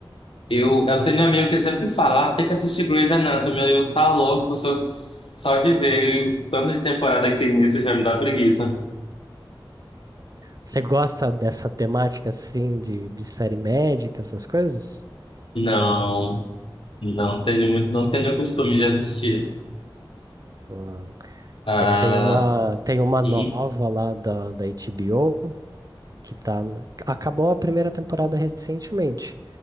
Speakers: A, on the left (about 85°); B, on the right (about 45°).
A: Eu, eu tenho um amigo que sempre fala, "Ah, tem que assistir Grey's Anatomy. Eu tá louco, eu sou só de ver o tanto de temporada que tem isso já me dá preguiça.
B: Você gosta dessa temática assim de, de série médica, essas coisas?
A: Não, não tenho muito, não tenho o costume de assistir.
B: Hum.
A: Ah,
B: É que tem uma, tem uma
A: uhum,
B: nova lá da, da HBO que tá. na- Acabou a primeira temporada recentemente,